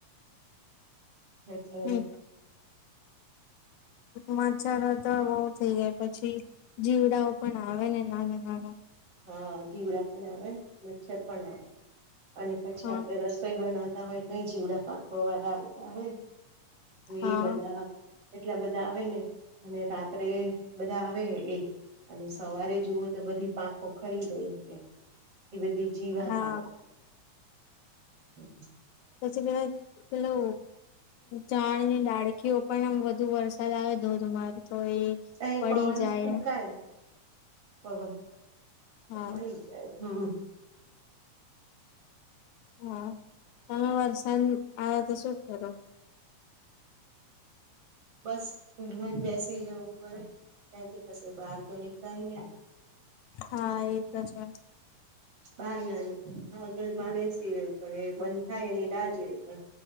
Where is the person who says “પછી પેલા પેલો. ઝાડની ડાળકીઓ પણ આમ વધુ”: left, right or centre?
Left